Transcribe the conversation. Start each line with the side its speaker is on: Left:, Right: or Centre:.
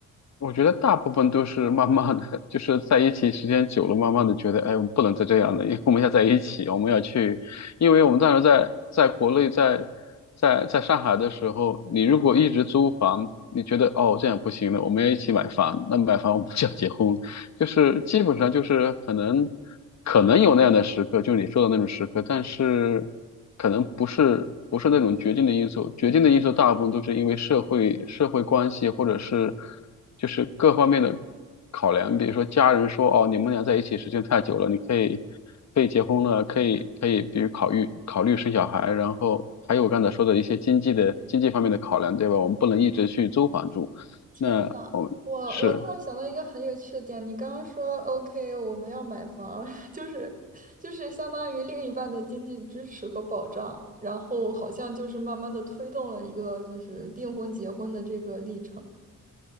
Left: 我觉得大部分都是慢慢的，<laughs> 就是在一起时间久了，慢慢的觉得，哎，我们不能再这样了，因为我们要在一起，我们要去，因为我们当时在在国内，在在在上海的时候，你如果一直租房，你觉得哦这样不行了，我们要一起买房，那买房我们就要结婚就是基本上就是可能可能有那样的时刻，就是你说的那种时刻，但是可能不是不是那种决定的因素，决定的因素大部分都是因为社会社会关系或者是就是各方面的考量，比如说家人说哦你们俩在一起时间太久了，你可以可以结婚了，可以可以比如考虑考虑生小孩，然后还有我刚才说的一些经济的经济方面的考量，对吧？我们不能一直去租房住，
Right: 天呐，
Left: 那我们是。
Right: 我我突然想到一个很有趣的点，你刚刚说 OK，我们要买房，<laughs> 就是就是相当于另一半的经济支持和保障，然后好像就是慢慢的推动了一个就是订婚结婚的这个历程。